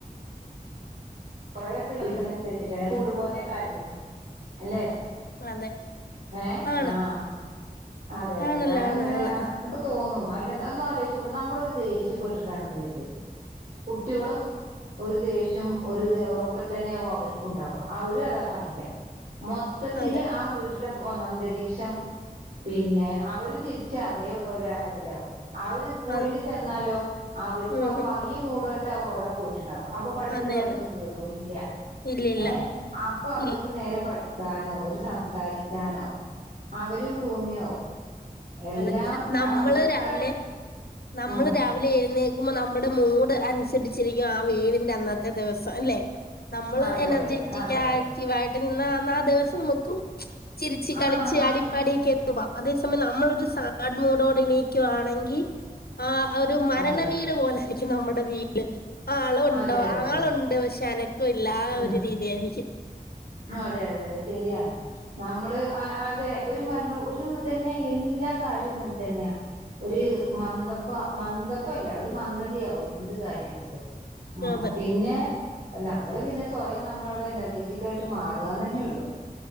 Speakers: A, on the right (about 60°); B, on the left (about 75°).
A: കുറെയൊക്കെ ഇതിനനുസരിച്ചിട്ടാണ് മൂട് പോലെയാ കാര്യങ്ങള് അല്ലേ?
B: അതെ.
A: ഏഹ്
B: ആണ്
A: ആഹ് അതെ അതെ
B: ആണല്ലോ
A: ഞാനും
B: ആണ്
A: ഇങ്ങനെ
B: ആണ്
A: നമുക്ക് തോന്നും അല്ല ഒന്നു ആലോചിച്ച് നോക്ക് നമ്മളൊരു ദേഷ്യപ്പെട്ടിട്ടാണെന്ന് കരുത് കുട്ടികളും ഒരു ദേഷ്യം ഒരിത് ഒക്കെ തന്നെയാവും അവർക്കും ഇണ്ടാവാ അവരും അതാ കാണിക്കാ. മൊത്തത്തില്
B: അതെ
A: ആ വീട്ട ല്ല പോന്ന അന്തരീക്ഷം പിന്നെ അവരും തിരിച്ച് അതേ ഒരു ഇതിലാവും. അവര് സ്കൂളില്
B: അ-
A: ചെന്നാലോ അവർക്കും
B: ഉം
A: അപ്പൊ
B: ഉം
A: ഈ മൂട് <unintelligible> ട്ടാവും അവിടെ പോയിട്ടുണ്ടാവ. അപ്പൊ പഠിച്ചത്
B: അതെ
A: വല്ലതും
B: അതെ
A: കേറോ ഇല്ല
B: ഇല്ല ഇല്ല
A: ഏഹ് അപ്പൊ അവർക്ക്
B: ഇല്ല
A: നേരെ പഠി ക്കാനോ ഒരു സംസാരിക്കാനോ അവരും <unintelligible> എല്ലാം
B: അതെ നമ്മള്
A: ആ ഒക്കെ
B: രാവിലെ നമ്മള്
A: ആ
B: രാവിലെ എഴുന്നേ ക്കുമ്പോ നമ്മുടെ മൂഡ് അനുസരിച്ചിരിക്കും ആ വീടിന്റെ അന്നത്തെ ദിവസം ല്ലേ? നമ്മള്
A: അതെ
B: എനർജെറ്റിക്
A: അതെ അതെ അതെ
B: ആക്റ്റീവായിട്ട്
A: അതെ
B: നിന്നാ അന്നാ ദിവസം നമുക്ക് ക്കും ചിരിച്ച്
A: ആ
B: കളിച്ച്
A: നമ്മ
B: അടിപ്പാടി കേറിവാ അതെ <unintelligible> നമ്മളൊരു സാഡ് മൂഡോടെ ഇണീക്കുവാണെങ്കിൽ ആ ഒരു മരണ
A: അതെ അതെ
B: വീട് പോലൊയിരിക്കും. ക്കും നമ്മുടെ വീട് ആളുണ്ടോ
A: അതെ അതെ
B: ആളുണ്ട്
A: അതെ
B: പക്ഷേ അന ക്കുല്ലാ
A: ഉം
B: ഒരു രീതിയായിരിക്കും.
A: അതെ അതെ അതെ ശരിയാണ് നമ്മള് ആ ആ ര് ഒരു മറ ഒരു തന്നെ <unintelligible> എല്ലാ കാര്യവും അങ്ങനെ തന്നെയാ ഒരു മന്ദപ്പ മന്ദപ്പല്ല ഒരു മന്ദതിയാവും എന്ത് കാര്യാണെങ്കിലും. ആ
B: അതെ
A: പിന്നെ നമ്മള് പിന്നെ സ്വയം നമ്മളവിടെ എനർജെറ്റിക് കായിട്ട് മാറാ അതന്നെ ഉള്ളൂ